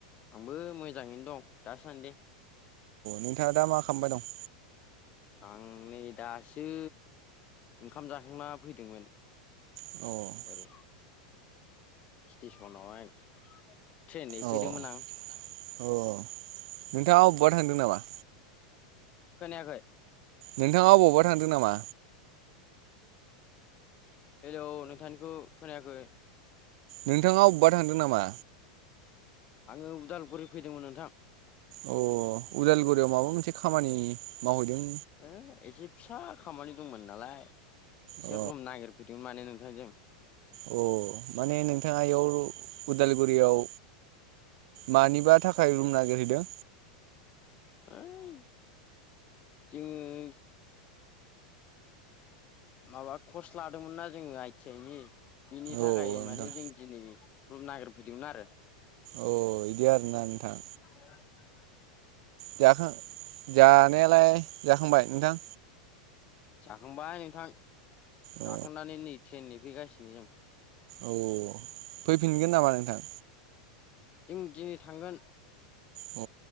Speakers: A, on the left (about 35°); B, on the right (about 60°).
A: आंबो मोजाङैनो दं दासान्दि
B: नोंथाङा दा मा खालामबाय दं
A: आं नै दासो ओंखाम जाखांना फैदोंमोन
B: <unintelligible>
A: ओै स्टेसनावहाय ट्रेननै फैदोंमोन
B: अ अ
A: आं
B: नोंथाङा अबेबा थांदों नामा
A: खोनाखै
B: नोंथाङा अबावबा थांदों नामा
A: हेलौ नोंथांनिखौ खोनायाखै
B: नोंथाङा अबावबा थांदों नामा
A: आङो उदालगुरि फैदोंमोन नोंथां
B: अ उदालगुरियाव माबा मोनसे खामानि मावहैदों
A: हो एसे फिसा खामानि दंमोन नालाय एसोर
B: अ
A: रुम नागिरफैदोंमोन माने नोंथांजों
B: अ माने नोंथाङा इयाव उदालगुरियाव मानिबा थाखाय रुम नागिरहैदों
A: ओइ जोङो माबा कर्स लादोंमोन नना जोङो आइ टि आइ नि बिनि थाखाय
B: औ नोंथां
A: माने जों दिनै रुम नागिरफैदोंमोन आरो
B: अ इदि आरोना नोंथां
A: <unintelligible>
B: जाखां जानायालाय जाखांबाय नोंथां
A: जाखांबाय नोंथां
B: अ
A: जाखांनानै नै ट्रेन नेफैगासिनो जों
B: औ औ फैफिनगोन नामा नोंथां
A: जों दिनै थांगोन
B: अ